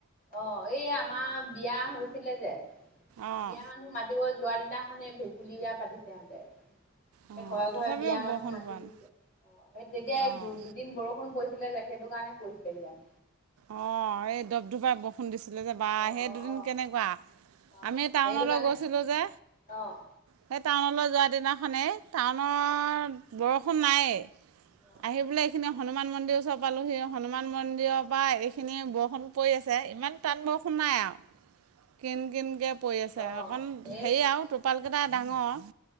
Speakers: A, on the left; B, on the right.
A: অ', এই আমাৰ বিয়া হৈছিলে যে বিয়া
B: অঁ
A: মানুহ মাতিব যোৱাৰ দিনা খানে ভেকুলী পাতিছে সেহঁতে। এ
B: অঁ
A: ঘৰে
B: তথাপিও
A: ঘৰে বিয়া মানুহ
B: বৰষুণ
A: মাতি
B: পোৱা
A: ফুছে
B: নাই
A: অ', সেই যেতিয়া
B: অঁ
A: দুদিন বৰষুণ পৰিছিলে যে সেইটো কাৰণে <unintelligible> যাম।
B: অ', এই দব দুব বৰষুণ দিছে। বা
A: অ
B: সেই
A: অ
B: দুদিন
A: অ
B: কেনেকুৱা
A: অ
B: আমি টাউনলৈ
A: সেইটো কাৰণে
B: গৈছিলোঁ যে
A: অ',
B: সেই টাউনলৈ যোৱা দিনাখনে টাউনৰ
A: অ',
B: বৰষুণ নাই
A: অ',
B: আহি পেলায় হনুমান মন্দিৰ ওচৰত পালোঁহি হনুমান মন্দিৰৰ এইেইখিনি বৰষুণ পৰি আছে ইমান টান বৰষুণ নাই আ কিন কিনকে পৰি আছে
A: অ',
B: অকণ
A: সেই
B: হেৰি আৰু টোপালকেইটা ডাঙৰ।